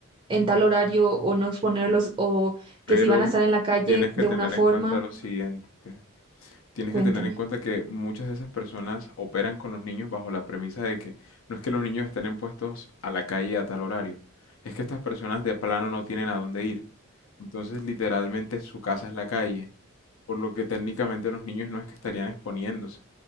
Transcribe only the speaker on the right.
en tal horario o no exponerlos o
que si van a estar en la calle
de
una forma,
cuéntame.